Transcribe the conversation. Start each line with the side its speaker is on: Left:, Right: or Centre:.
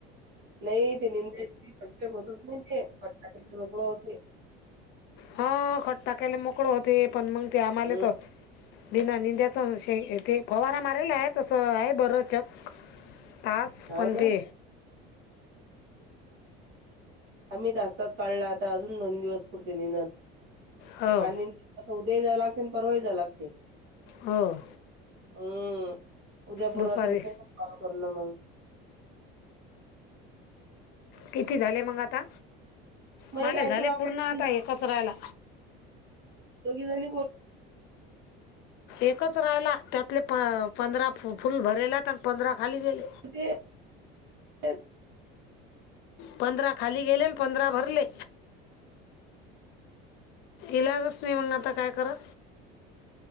Right: नाही ते निंद्या पक्षक होतत नाही ते पट मोकळ होते.
Left: हां खट्टा केल मोकळ होती पण मंग ते आम्हाले
Right: हम्म
Left: येतात. बिना निंद्याचा शैय ते फवारा मारलेला आहे तसं आहे बर चक. तास
Right: हो
Left: पन
Right: ना
Left: ते.
Right: आम्ही तास तास काढला आता अजून दोन दिवस पुरते निदान
Left: हो
Right: पाणी. आता उद्याही जायं लाग परवाही जाव लागते.
Left: हं.
Right: हम्म उद्या परवा
Left: दुपारी
Right: तर होतय ना कॉल करणं म.
Left: किती झाले मंग आता?
Right: मग
Left: मला
Right: कायच
Left: झाले
Right: बाबा
Left: पूर्ण आता एकच राहिला.
Right: तोघी जनि बो
Left: एकच राहिला त्यातले प पंधरा फ फुल भरेला आणि पंधरा खाली गेले.
Right: म ते तेच.
Left: पंधरा खाली गेले न पंधरा भरले. इलाजच नाही मग आता काय करा.